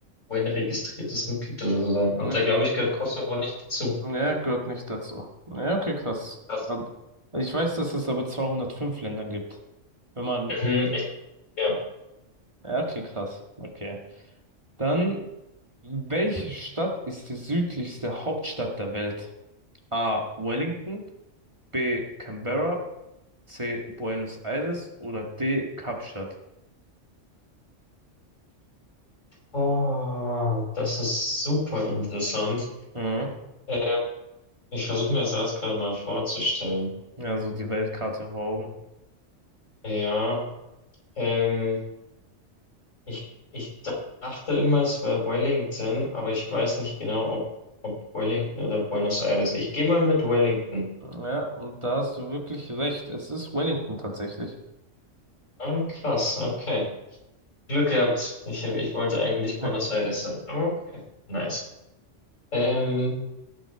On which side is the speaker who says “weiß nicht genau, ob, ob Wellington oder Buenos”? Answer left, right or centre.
Left